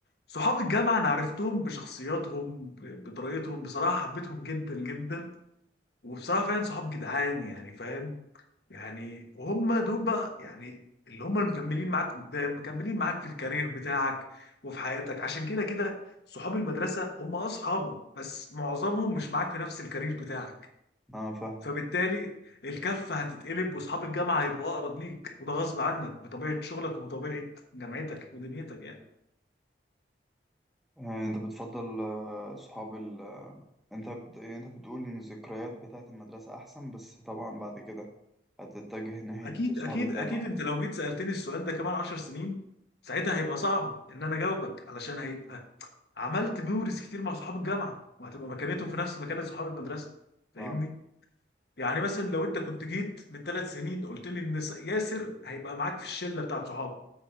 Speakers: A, on the left (about 65°); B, in the centre.
A: صحاب الجامعه انا عرفتهم بشخصياتهم ب- بطريقتهم بصراحه حبيتهم جدا جدا وبصراحه فعلا صحاب جدعان يعني فاهم يعني وهم دول بقى يعني اللي هم مكملين معاك قدام مكملين معاك في الكارير بتاعك وفي حياتك عشان كده كده صحاب المدرسة هم أصحابك بس معظمهم مش معاك في نفس الكارير بتاعك
B: اه فاهم
A: فبالتالي الكفة هتتقلب وأصحاب الجامعة هيبقوا أقرب ليك وده غصب عنك بطبيعة شغلك وبطبيعة جامعتك ودنيتك يعني
B: آه، انت بتفضل آه، صحاب ال... آه، انت بت... يعني انت بتقول ان الذكريات بتاعت المدرسة احسن بس طبعا بعد كده هتتجه ناحية
A: اكيد
B: صحاب
A: اكيد
B: الجامعة
A: اكيد انت لو جيت سالتني السؤال ده كمان 10 سنين ساعتها هيبقى صعب ان انا اجاوبك علشان هيبقى عملت ميموريز كتير مع صحاب الجامعه وهتبقى مكانتهم في نفس مكانه صحاب المدرسه فاهمني
B: ف...
A: يعني مثلا لو انت كنت جيت من ثلاث سنين قلت لي ان س- ياسر هيبقى معاك في الشله بتاعت صحابه